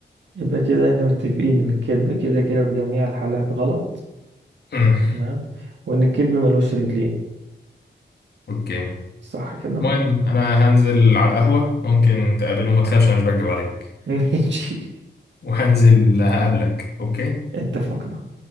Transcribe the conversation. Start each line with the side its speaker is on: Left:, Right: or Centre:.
Right: يبقى كده احنا متفقين ان الكذب كده كده في جميع الحالات غلط
Left: مم.
Right: تمام وان الكذب ملوش رجلين
Left: اوكي
Right: صح كده
Left: المهم انا هنزل على القهوة ممكن تقابلني وما تخافش انا مش بكدب عليك
Right: <laughs> ماشي
Left: وهنزل هقابلك اوكي
Right: اتفقنا